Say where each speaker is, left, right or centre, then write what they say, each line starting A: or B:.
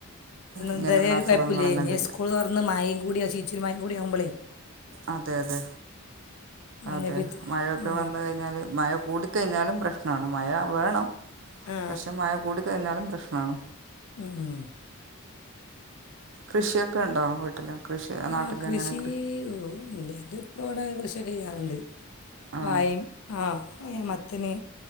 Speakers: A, on the left; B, on the right.
A: ഇന്ന്
B: ഇങ്ങനെയുള്ള
A: തരേ ഒരു
B: അസുഖങ്ങളെല്ലാം
A: കൊയപ്പല്ല്യാനി
B: വരിക
A: സ്കൂള് തൊറന്ന് മയയും കൂടിയശി ച്ചിരി മയേം കൂടി ആകുമ്പളെ
B: അതെ അതെ
A: മഞ്ഞപ്പിത്തം
B: അതെ മഴയൊക്കെ
A: ആ
B: വന്ന് കഴിഞ്ഞാല് മഴ ഓടിത്ത് കഴിഞ്ഞാലും പ്രശ് <unintelligible> മഴ വേണം
A: ആ
B: പക്ഷെ മഴ കൂടി <unintelligible> പ്രശ്നാണ്
A: ഉം ഉം
B: <inaudible> കൃഷിയൊക്കെണ്ടോ വീട്ടിൽ കൃഷി നാട്ടിൽ
A: ആ കൃഷി
B: അങ്ങനെ
A: <unintelligible> ഇത് ഇപ്പോ ഇടെ കൃഷിയൊക്കെ ചെയ്യാറുണ്ട്
B: ആ
A: വായേം ആഹ് <unintelligible> മത്തന്